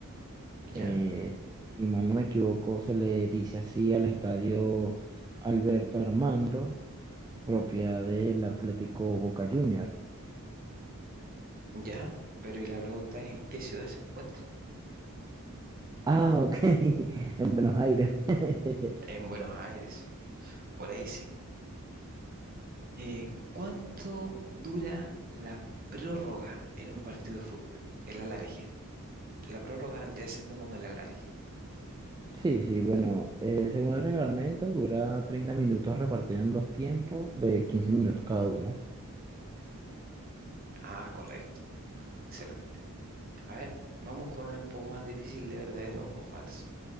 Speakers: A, on the right (about 40°); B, on the right (about 15°).
A: ¿Ya?
B: eh, si mal no me equivoco, se le dice así al estadio Alberto Armando, propiedad del Atlético Boca Juniors.
A: ¿Ya? Pero y la pregunta es, ¿en qué ciudad se encuentra?
B: Ah, ok, <laughs> en Buenos Aires.
A: En
B: <laughs>
A: Buenos Aires, sí. Por ahí sí. Eh, ¿cuánto dura la prórroga en un partido de fútbol? El alargue. La prórroga vendría siendo como el alargue.
B: Sí, sí, bueno, eh, según el reglamento dura 30 minutos repartido en dos tiempos de 15 minutos cada uno.
A: Ah, correcto. Excelente. A ver, vamos con una un poco más difícil de verdadero o falso.